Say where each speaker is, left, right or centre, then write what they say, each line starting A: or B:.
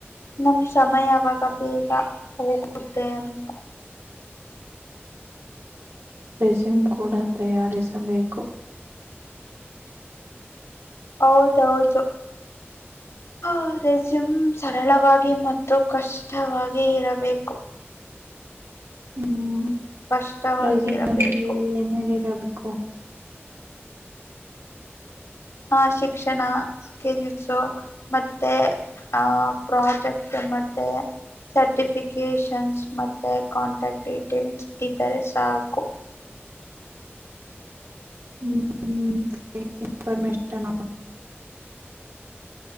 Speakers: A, on the left (about 85°); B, on the right (about 70°).
A: ನಮ ಸಮಯವಾಗ ಬೇಗ ಹೋಗುತ್ತೆ ಅಂತ
B: ರೆಸ್ಯಮ್ ಕೂಡ ತಯಾರಿಸಬೇಕು
A: ಹೌದೌದು ಹ ರೆಸ್ಯೂಮ್ ಸರಳವಾಗಿ ಮತ್ತು ಕಷ್ಟವಾಗಿ ಇರಬೇಕು
B: ಹ್ಮ್
A: ಸ್ಪಷ್ಟವಾಗಿ
B: ರೈಸನಲ್ಲಿ
A: ಇರಬೇಕು
B: ಏನೇನ ಇರಬೇಕು
A: ಹ ಶಿಕ್ಷಣ ಸ್ಕಿಲ್ಸು ಮತ್ತೆ ಆ ಪ್ರಾಜೆಕ್ಟ್ ಮತ್ತೆ ಸರ್ಟಿಫಿಕೇಷನ್ಸ್ ಮತ್ತು ಕಾಂಟ್ಯಾಕ್ಟ್ ಡೀಟೇಲ್ಸ್ ಇದ್ದರೆ ಸಾಕು
B: ಹ್ಮ್ ಇನ್ಫರ್ಮೇಶನ್ ನ